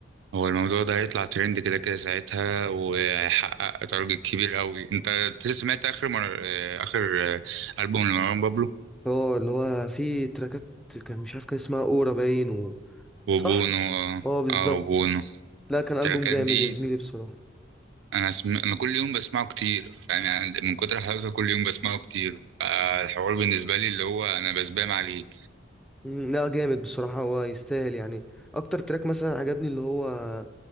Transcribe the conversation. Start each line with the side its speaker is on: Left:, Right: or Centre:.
Right: هو الموضوع ده هيطلع ترند كده كده ساعتها وهيحقق تارجت كبير قوي انت سمعت اخر مر... آه، اخر آه، ألبوم لمروان بابلو
Centre: اه اللي هو في تراكات كان مش عارف كان اسمها اورا باين و...
Right: وبونو
Centre: صح
Right: اه
Centre: اه بالظبط
Right: آه، وبونو
Centre: لا كان
Right: التراكات
Centre: البوم جامد
Right: دي
Centre: يا زميلي بصراحه
Right: انا سم... انا كل يوم بسمعه كتير فاهم يعني من كتر حلاوته كل يوم بسمعه كتير فالحوار بالنسبه لي اللي هو انا بسبام عليه
Centre: مم، لا جامد بصراحه هو يستاهل يعني اكتر تراك مثلا عجبني اللي هو